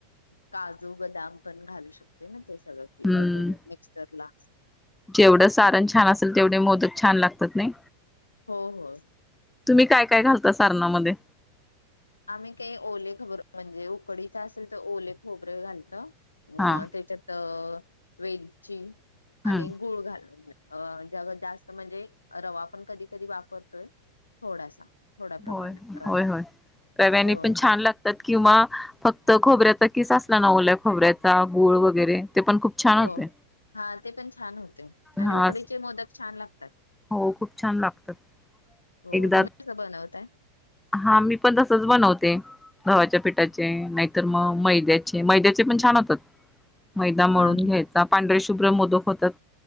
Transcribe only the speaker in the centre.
हम्म
जेवढं सारण छान असेल तेवढे मोदक छान लागतात नाही
तुम्ही काय काय घालता सारणामध्ये
हा
ह
होय
होय होय रव्याने
पण छान लागतात किंवा फक्त खोबऱ्याचा किस असला ना ओल्या खोबऱ्याचा गोळ वगैरे ते पण खूप छान
होते
हा
हो खूप छान लागतात
एकदा
हा मी पण तसच बनवते गव्हाच्या पिठाचे नाहीतर मग मैद्याचे मैद्याचे पण छान होतात मैदा मळून
घ्यायचा पांढरे शुभ्र मोदक होतात